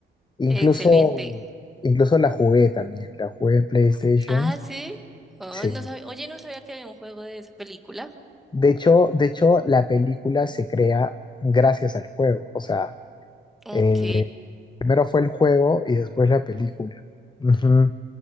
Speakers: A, on the left; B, in the centre.
A: Incluso,
B: Excelente.
A: incluso la jugué también, la jugué en PlayStation.
B: Ah, sí. Ah,
A: Sí.
B: no sabía, oye, no sabía que había un juego de esa película.
A: De hecho, de hecho, la película se crea gracias al juego. O sea,
B: Ok,
A: eh, primero fue el juego y después la película. Ujú.